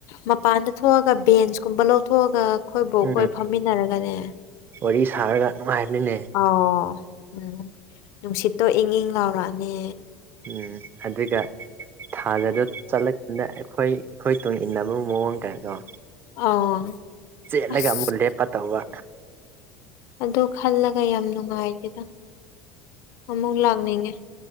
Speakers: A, on the left; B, on the right.
A: ꯃꯄꯥꯟꯗ ꯊꯣꯛꯑꯒ ꯕꯦꯟꯁꯀꯨꯝꯕ ꯂꯧꯊꯣꯛꯑꯒ ꯑꯩꯈꯣꯏ ꯕꯣꯛꯈꯣꯏ
B: ꯎꯝ
A: ꯐꯝꯃꯤꯟꯅꯔꯒꯅꯦ
B: ꯋꯥꯔꯤ ꯁꯥꯔꯒ ꯅꯨꯡꯉꯥꯏ ꯍꯥꯏꯕꯅꯤꯅꯦ
A: ꯑꯣ ꯎꯝ ꯅꯨꯡꯁꯤꯠꯇꯣ ꯏꯪ ꯏꯪ ꯂꯥꯎꯔꯛꯑꯅꯦ
B: ꯎꯝ ꯑꯗꯨꯒ ꯊꯥꯖꯗ ꯆꯠꯂ ꯑꯗ ꯑꯩꯈꯣꯏ ꯑꯩꯈꯣꯏ ꯇꯨꯡ ꯏꯟꯅꯕꯒꯤ ꯃꯑꯣꯡ ꯇꯥꯏꯀꯣ
A: ꯑꯥ
B: ꯆꯦꯠꯂꯒ
A: ꯑꯁ
B: ꯑꯃꯨꯛ ꯂꯦꯞꯄ ꯇꯧꯕ
A: ꯑꯗꯨ ꯈꯜꯂꯒ ꯌꯥꯝ ꯅꯨꯡꯉꯥꯏꯇꯦꯗ ꯑꯃꯨꯛ ꯂꯥꯛꯅꯤꯡꯉꯦ